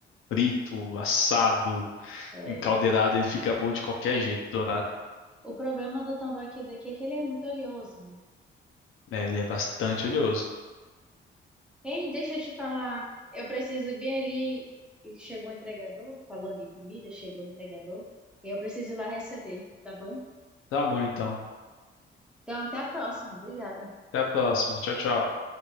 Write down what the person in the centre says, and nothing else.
É,
O problema do tambaqui daqui é que ele é muito oleoso. né?
Ei, deixa eu te falar. Eu preciso ir bem ali. E Chegou o entregador, falando em comida, chegou o entregador. E eu preciso ir lá receber, tá bom?
Então, até a próxima. Obrigada.